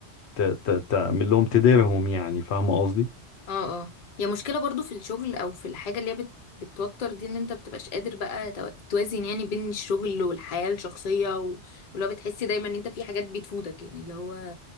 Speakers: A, on the left (about 75°); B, on the left (about 50°).
A: ت- ت- تعمل لهم تديرهم يعني فاهم قصدي
B: اه اه هي مشكلة برضو في الشغل او في الحاجة اللي هي بت... بتوتر دي ان انت بتبقاش قادر بقى تو- توازن يعني بين الشغل والحياة الشخصية و... ولو بتحسي دايما ان انت في حاجات بتفوتك يعني اللي هو